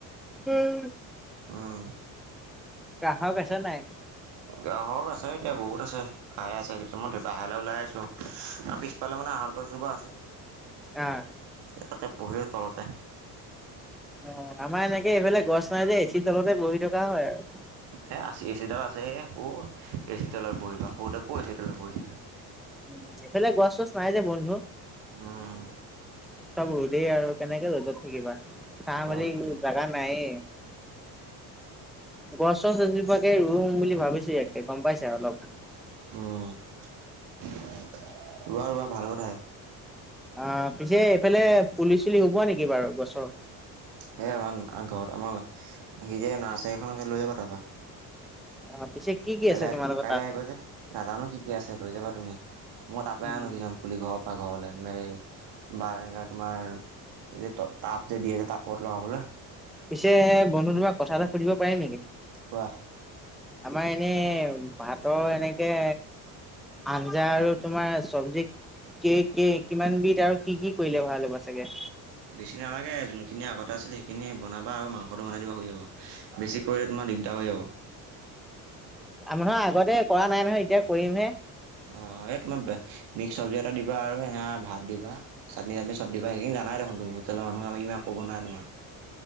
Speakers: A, in the centre; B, on the right.
A: উম।
B: উম।
A: কাহক আছে নাই?
B: গাহক আছে এতিয়া বহুত আছে খাই আছে <unintelligible> বাহিৰলৈ ওলাই আহিছোঁ, আম ফালে মানে আহৰ গছজোপা আছে,
A: আহ।
B: স তাতে পহি আ তলতে।
A: অ', আমাৰ এনেকে এইফালে গছ নাই যে এচি তলতে বহি থকা হয় আৰু।
B: এ আছ এ চিডাল আছে আ একৌ এ চিডালত বহিবা সৰুতে আকৌ এ চিডালত বহিছে।
A: উ এইফালে গছ চছ নাই যে বন্ধু।
B: অ'।
A: চব ৰোদেই আৰু কেনেকে ৰ'দত থাকিবা। চাহ বুলি
B: উম
A: জাগা নাই। গছ চছ এজোপাকে ৰুম বুলি ভাবিছো ইয়াকে গম পাইছে অলপ।
B: উম', ৰোৱা ৰোৱা ভাল কথাই।
A: অ', পিছে এইফালে পুলি চুলি হ'ব নেকি বাৰু গছৰ?
B: এই আমাৰ ঘৰত আমাৰ সি যে নাৰ্চাৰী খন আছে, লৈ যাব। তাৰপা।
A: অ', পিছে কি কি
B: কাইলৈ
A: আছে? তোমালোকৰ
B: কাইলৈ
A: তাত?
B: আহিবা যে নাজানো কি কি আছে, লৈ যাবা তুমি মই তাৰাপৰা
A: উম।
B: আনো কিজনমান পুলি ঘৰৰ পৰা ঘৰলৈ ম বা এনেকা তোমাৰ এই যে তাপ যে দি যে তাপত লগাবলৈ
A: পিছে বন্ধু তোমাক কথা এটা সুধিব পাৰিম নেকি?
B: কোৱা
A: আমাৰ এনেই ভাতৰ এনেকে আঞ্জা আৰু তোমাৰ চব্জি কে কে কিমানবিধ আৰু কি কি কৰিলে ভাল হ'ব চাগে?
B: বেছি নালাগে যোনখিনি আগতে আছিলে সেইখিনি বনাবা আৰু মাংসটো বনাই দিবা হৈ যাব। বেছি কৰিলে তোমাৰ দিগদাৰ হৈ যাব।
A: আৰ নহয় আগতে কৰা নাই নহয় এতিয়া কৰিমহে।
B: অ', এই তোমাৰ মিক্স চব্জি এটা দিবা আৰু সে ভাত দিবা। চাটনি চাটনি চব দিবা হেশিনি জানাই দেখোন তুমি হোটেলৰ মুহে ইমান ক'ব নাই তোমাক।